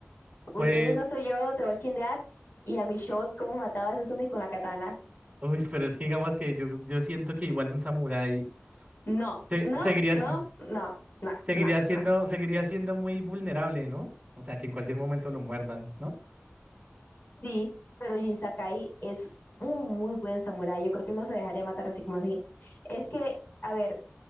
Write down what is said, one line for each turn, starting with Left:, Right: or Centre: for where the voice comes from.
Left: Ustedes
Right: Pues,
Left: no soy yo de Walking Dead y a Michonne, ¿cómo mataba a esos zombies con la katana?
Right: uy, pero es que digamos que yo, yo siento que igual un samurái
Left: No,
Right: se-
Left: no,
Right: seguiría,
Left: no,
Right: si-
Left: no, no,
Right: Seguiría
Left: no,
Right: siendo,
Left: no.
Right: seguiría siendo muy vulnerable, ¿no? O sea, que en cualquier momento lo muerdan, ¿no?
Left: Sí, pero Jin Sakai es un muy buen samurái. Yo creo que no se dejaría matar así como así. Es que, a ver,